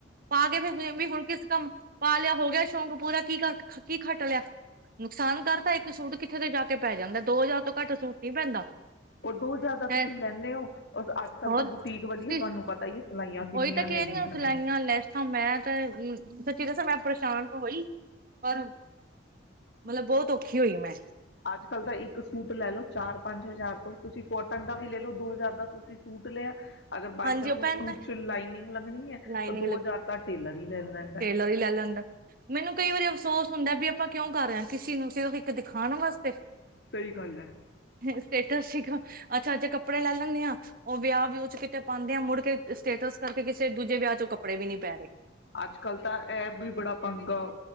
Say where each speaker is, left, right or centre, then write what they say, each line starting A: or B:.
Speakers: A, on the right; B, on the left.
A: ਪਾ ਕੇ ਫਿਰ ਵੀ ਹੁਣ ਕਿਸ ਕੰਮ ਪਾ ਲਿਆ ਹੋ ਗਿਆ <unintelligible> ਪੂਰਾ ਕੀ ਘੱਟ ਕੀ ਖੱਟ ਲਿਆ ਨੁਕਸਾਨ ਕਰ ਤਾਂ ਇੱਕ ਸੂਟ ਕਿੱਥੇ ਤੋਂ ਜਾ ਕੇ ਪੈ ਜਾਂਦਾ ਦੋ ਹਜ਼ਾਰ ਤੋਂ ਘੱਟ ਸੂਟ ਨਹੀਂ ਪੈਂਦਾ
B: ਰ ਦੋ ਜ਼ਿਆਦਾ
A: ਤੇ
B: ਤੁਸੀਂ ਲੈਂਦੇ ਹੋਰ ਅੱਜ ਕੱਲ
A: ਹੋਰ
B: ਤਾਂ ਬੁਟੀਕ ਵਾਲਧੀਆ
A: ਤੇ
B: ਤੁਹਾਨੂੰ ਪਤਾ ਹੀ ਹੈ ਸਿਲਾਈਆਂ ਕਿੰਨੀਆਂ
A: ਉਹੀ ਤਾਂ ਕਿਦੀ
B: ਲੈਂਦੀਆਂ
A: ਸਿਲਾਈਆਂ
B: ਨੇ
A: ਲੈਸਾਂ ਮੈਂ ਤੇ ਹਮ ਸੱਚੇ ਦਸ ਮੈਂ ਪਰੇਸ਼ਾਨ ਤਾਂ ਹੋਈ ਪਰ ਮਤਲਬ ਬਹੁਤ ਔਖੀ ਹੋਈ ਮੈਂ
B: ਅੱਜ ਕੱਲ੍ਹ ਤਾਂ ਇੱਕ ਸੂਟ ਲੈ ਲਓ ਚਾਰ ਪੰਜ ਹਜ਼ਾਰ ਤੋਂ ਤੁਸੀਂ ਕੋਨ ਤੰਦਾ ਵੀ ਲੇ ਲੋ ਦੋ ਹਜ਼ਾਰ ਦਾ ਤੁਸੀਂ ਸੂਟ ਲਿਆ ਅਗਰ ਬਾਈ
A: ਹਾਂਜੀ
B: ਚਾਂਸ
A: ਉਹ ਪੈਂਦਾ
B: ਸੂਟ 'ਚ ਲਾਈਨਿੰਗ ਲੱਗਣੀ ਐ
A: ਲਾਈਨਿੰਗ
B: ਤਾਂ ਦੋ
A: ਲ
B: ਹਜ਼ਾਰ ਤਾਂ ਟੇਲਰ ਹੀ ਲੈ ਲੈਂਦਾ
A: ਟੇਲਰ ਵੀ ਲੈ ਲੈਂਦਾ। ਮੈਨੂੰ ਕਈ ਵਾਰੀ ਅਫਸੋਸ ਹੁੰਦਾ ਵੀ ਆਪਾਂ ਕਿਉਂ ਕਰ ਰਹੇ ਹਾਂ, ਕਿਸੇ ਨੂੰ ਸਿਰਫ ਇੱਕ ਦਿ ਖਾਣ ਵਾਸਤੇ?
B: ਸਹੀ ਗੱਲ ਹੈ
A: ਸਟੇਟਸ ਸੀਗਾ। ਅੱਛਾ ਜੇ ਕੱਪੜੇ ਲੈ ਲੈਂਨੀ ਆਂ, ਉਹ ਵਿਆਹ ਵਿਊਹ 'ਚ ਕਿਤੇ ਪਾਂਦੇ ਆਂ, ਮੁੜ ਕੇ ਸਟੇਟਸ ਕਰਕੇ ਕਿਸੇ ਦੂਜੇ ਵਿਆਹ 'ਚ ਕੱਪੜੇ ਵੀ ਨੀ ਪੈ ਰਏ।
B: ਅੱਜ ਕੱਲ੍ਹ ਤਾਂ ਐ ਵੀ ਬੜਾ ਪੰੰਗਾ,